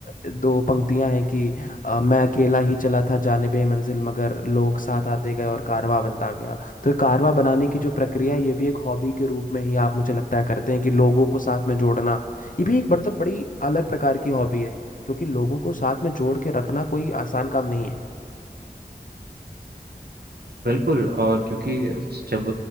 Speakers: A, on the left; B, on the right.
A: अ, दो पंक्तियाँ हैं कि अ, मैं अकेला ही चला था जानिबे मंजिल मगर लोग साथ आते गए और कारवां बनता गया तो ये कारवां बनाने की जो प्रक्रिया है, ये भी एक हॉबी के रूप में ही आप मुझे लगता है करते हैं कि लोगों को साथ में जोड़ना ये भी एक मतलब बड़ी अलग प्रकार की हॉबी है क्योंकि लोगों को साथ में जोड़ के रखना कोई आसान काम नहीं है
B: बिल्कुल और क्योंकि जब